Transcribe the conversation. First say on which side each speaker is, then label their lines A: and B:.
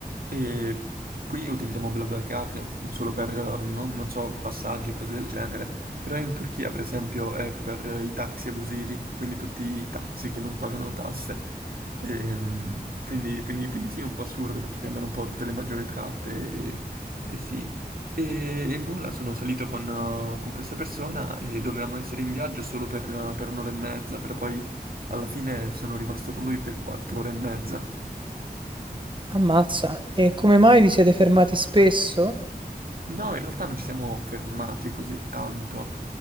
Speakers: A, on the right (about 65°); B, on the right (about 30°).
A: E qui utilizziamo BlaBlaCar mhmm, solo per, eh, non, non so, passaggi e cose del genere. Però in Turchia, per esempio, è per eh, i taxi abusivi, quindi tutti i taxi che non pagano tasse. Ehm, quindi, quindi- quindi sì, è un po' assurdo perché prendono un po' tutte le maggiori tratte eh sì, e, e nulla, sono salito con, uh, con questa persona e dovevamo essere in viaggio solo per, uh, per un'ora e mezza, però poi alla fine sono rimasto con lui per quattro ore e mezza.
B: Ammazza, e come mai vi siete fermati spesso?
A: No, in realtà non ci siamo fermati così tanto.